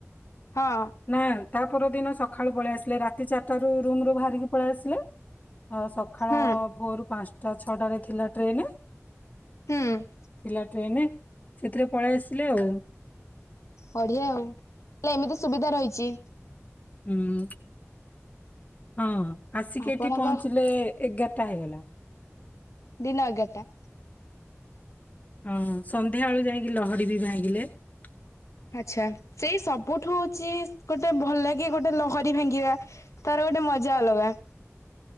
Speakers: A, on the left (about 75°); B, on the left (about 30°).
A: ହଁ।
B: ନା ତା ପର ଦିନ ସକାଳୁ ପଳେଇ ଆସିଲେ ରାତି ଚାରିଟା ରୁ ରୁମୁ ରୁ ବାହାରିକି ପଳେଇ ଆସିଲେ। ହ ସକାଳ-ଅ-ଅ
A: ହୁଁ
B: ଭୋରୁ ପାଞ୍ଚ ଟା ଛଅଟା ରେ ଥିଲା ଟ୍ରେନ୍
A: ହୁଁ
B: ଥିଲା ଟ୍ରେନ। ସେଥିରେ ପଳେଇ ଆସିଲେ ଆଉ।
A: ବଢିଆ ଆଉ ହେଲେ ଏମିତି ସୁବିଧା ରହିଛି।
B: ହୁଁ। ହଁ। ଆସିକି
A: ଆପଣଙ୍କ
B: ଏଠି ପହଞ୍ଚିଲେ ଏଗାର ଟା ହେଇଗଲା।
A: ଦିନ ଏଗାରଟା?
B: ହଁ ସନ୍ଧ୍ୟାବେଳୁ ଯାଇକି ଲହଡ଼ି ବି ଭାଙ୍ଗିଲେ ।
A: ଆଛା ସେଇ ସବୁଠୁ ହଉଛି ଗୋ ଟେ ଭଲ ଲାଗେ ଗୋଟେ ଲହରୀ ଭାଙ୍ଗିବା ତାର ଗୋଟେ ମଜା ଅଲଗା ।